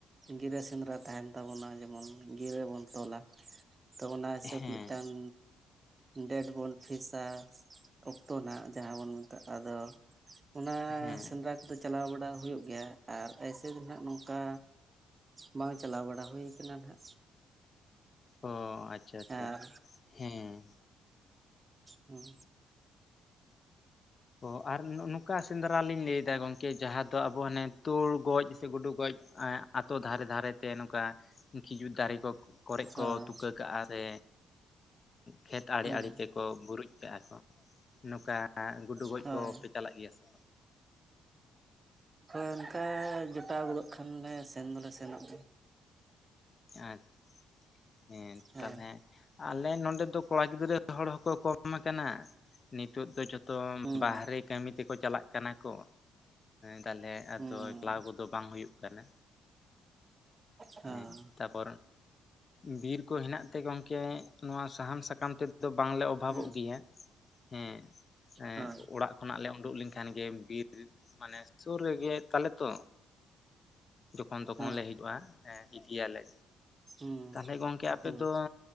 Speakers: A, on the right; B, on the left.
A: ᱜᱤᱨᱟᱹ ᱥᱮᱸᱫᱽᱨᱟ ᱛᱟᱦᱮᱱ ᱛᱟᱵᱚᱱᱟ ᱡᱮᱢᱚᱱ ᱜᱤᱨᱟᱹ ᱵᱚᱱ ᱛᱚᱞᱟ ᱛᱚ ᱚᱱᱟ ᱦᱤᱥᱟᱹᱵᱽ
B: ᱦᱮᱸ
A: ᱢᱤᱫᱴᱟᱝ ᱰᱮᱴ ᱵᱚᱱ ᱯᱷᱤᱥᱟ ᱚᱠᱛᱚ ᱱᱟᱜ ᱡᱟᱦᱟᱸ ᱵᱚᱱ ᱢᱮᱛᱟᱜ ᱟᱫᱚ ᱚᱱᱟ
B: ᱦᱮᱸ
A: ᱥᱮᱸᱫᱽᱨᱟ ᱠᱚᱫᱚ ᱪᱟᱞᱟᱣ ᱵᱟᱲᱟ ᱦᱩᱭᱩᱜ ᱜᱮᱭᱟ ᱟᱨ ᱮᱭᱥᱮ ᱫᱚᱦᱟᱸᱜ ᱱᱚᱝᱠᱟ ᱵᱟᱝ ᱪᱟᱞᱟᱣ ᱵᱟᱲᱟ ᱦᱩᱭ ᱠᱟᱱᱟ ᱦᱟᱸᱜ
B: ᱚ ᱟᱪᱪᱷᱟ ᱟᱪᱪᱷᱟ
A: ᱟᱨ
B: ᱦᱮᱸ
A: ᱦᱩᱸ
B: ᱚ ᱟᱨ ᱱᱚ ᱱᱚᱝᱠᱟ ᱥᱮᱸᱫᱽᱨᱟ ᱞᱤᱧ ᱞᱟᱹᱭᱮᱫᱟ ᱜᱚᱝᱠᱮ ᱡᱟᱦᱟᱸ ᱫᱚ ᱟᱵᱚ ᱦᱟᱜ ᱛᱩᱲ ᱜᱚᱡ ᱥᱮ ᱜᱩᱰᱩ ᱜᱚᱡ ᱟᱛᱳ ᱫᱷᱟᱨᱮ ᱫᱷᱟᱨᱮ ᱛᱮ ᱱᱚᱝᱠᱟ ᱠᱷᱤᱡᱩᱨ ᱫᱟᱨᱮ ᱠᱚ ᱠᱚᱨᱮ
A: ᱦᱳᱭ
B: ᱠᱚ ᱛᱩᱠᱟᱹ ᱠᱟᱜᱼᱟ ᱥᱮ ᱠᱷᱮᱛ ᱟᱲᱮ
A: ᱦᱩᱸ
B: ᱟᱲᱮ ᱛᱮᱠᱚ ᱵᱩᱨᱩᱡ ᱠᱟᱜᱼᱟ ᱠᱚ ᱱᱚᱝᱠᱟ ᱜᱩᱰᱩ ᱜᱚᱡ
A: ᱦᱳᱭ
B: ᱠᱚᱯᱮ ᱪᱟᱞᱟᱜ ᱜᱮᱭᱟ ᱥᱮ
A: ᱚᱱᱠᱟ ᱡᱚᱴᱟᱣ ᱜᱚᱫᱚᱜ ᱠᱷᱟᱱ ᱞᱮ ᱥᱮᱱ ᱫᱚᱞᱮ ᱥᱮᱱᱚᱜ ᱜᱮᱭᱟ
B: ᱟᱪᱷᱟ ᱦᱮᱸ
A: ᱦᱳᱭ
B: ᱛᱟᱦᱚᱞᱮ ᱟᱞᱮ ᱱᱚᱰᱮ ᱫᱚ ᱠᱚᱲᱟ ᱜᱤᱫᱽᱨᱟᱹ <inaudible> ᱦᱚᱲ ᱦᱚᱸᱠᱚ ᱠᱚᱢ ᱟᱠᱟᱱᱟ ᱱᱤᱛᱚᱜ ᱫᱚ ᱡᱚᱛᱚ ᱛᱚᱢ
A: ᱦᱩᱸ
B: ᱵᱟᱦᱨᱮ ᱠᱟᱹᱢᱤ ᱛᱮᱠᱚ ᱪᱟᱞᱟᱜ ᱠᱟᱱᱟ ᱠᱚ ᱛᱟᱦᱚᱞᱮ ᱟᱫᱚ
A: ᱦᱩᱸ
B: ᱪᱟᱞᱟᱣ ᱠᱚᱫᱚ ᱵᱟᱝ ᱦᱩᱭᱩᱜ ᱠᱟᱱᱟ
A: ᱦᱚᱸ
B: ᱦᱮᱸ ᱛᱟᱨᱯᱚᱨ ᱵᱤᱨ ᱠᱚ ᱦᱮᱱᱟᱜ ᱛᱮ ᱜᱚᱝᱠᱮ ᱱᱚᱣᱟ ᱥᱟᱦᱟᱱ ᱥᱟᱠᱟᱢ ᱛᱮᱫᱚ ᱵᱟᱝᱞᱮ ᱚᱵᱷᱟᱵᱚᱜ
A: ᱦᱩᱸ
B: ᱜᱮᱭᱟ ᱦᱮᱸ ᱮ
A: ᱦᱳᱭ
B: ᱚᱲᱟᱜ ᱠᱷᱚᱱᱟᱜ ᱞᱮ ᱩᱰᱩᱠ ᱞᱮᱱᱠᱷᱟᱱ ᱜᱮ ᱵᱤᱨ ᱢᱟᱱᱮ ᱥᱩᱨ ᱨᱮᱜᱮ ᱛᱟᱞᱮ ᱛᱚ ᱠᱷᱚᱱ ᱛᱚᱠᱷᱚᱱ
A: ᱦᱚᱸ
B: ᱞᱮ ᱦᱤᱡᱩᱜᱼᱟ ᱤᱫᱤᱭᱟᱞᱮ
A: ᱦᱩᱸ
B: ᱛᱟᱦᱞᱮ ᱜᱚᱝᱠᱮ ᱟᱯᱮ
A: ᱦᱩᱸ
B: ᱫᱚ